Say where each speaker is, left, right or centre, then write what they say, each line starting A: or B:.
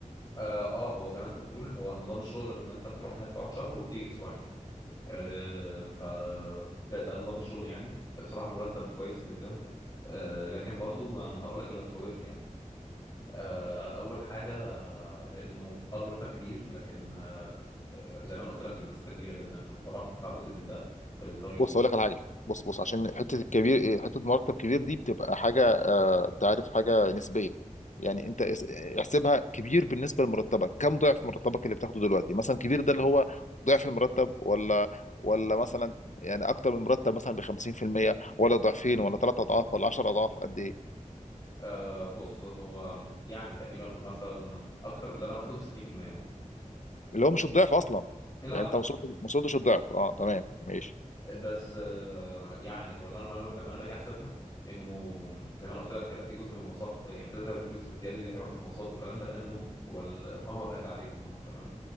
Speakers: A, on the left; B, on the left.
A: اه آه، هو زي ما انت بتقول هو نظام الشغل ان انت بتروح هناك تقعد شهر وتيجي اسبوعين آه ف ده ده نظام الشغل يعني بصراحه المرتب كويس جدا آه لكن برضو انا هقول لك اللي مخوفني يعني. آه، اول حاجه آه، انه اه المرتب كبير لكن آه، زي ما انا قلت لك المسافه كبيره جدا فانت طبعا هتدفع جزء من ده في الطريق
B: بص اقول لك على حاجه بص بص عشان حته الكبير إيه، حته مرتب كبير دي بتبقى حاجه آه، انت عارف حاجه نسبيه يعني انت اس- احسبها كبير بالنسبه لمرتبك كم ضعف مرتبك اللي بتاخده دلوقتي مثلا كبير ده اللي هو ضعف المرتب ولا ولا مثلا يعني اكتر من مرتب مثلا ب 50% ولا ضعفين ولا ثلاث اضعاف ولا 10 اضعاف قد ايه
A: آه، بص هو يعني تقريبا اقول مثلا اكتر من اللي انا باخده ب 60% مثلا
B: اللي هو مش الضعف اصلا
A: لا
B: يعني
A: لا
B: انت ما وصلت- ما وصلتش الضعف اه تمام ماشي
A: بس آه، يعني هو اللي انا لما انا باجي احسبها انه زي ما انا قلت لك هيبقى في جزء من المواصلات يعني كده كده الفلوس الزياده دي هيروح في المواصلات والكلام ده لانه هو الاقامه والاكل عليهم هم تمام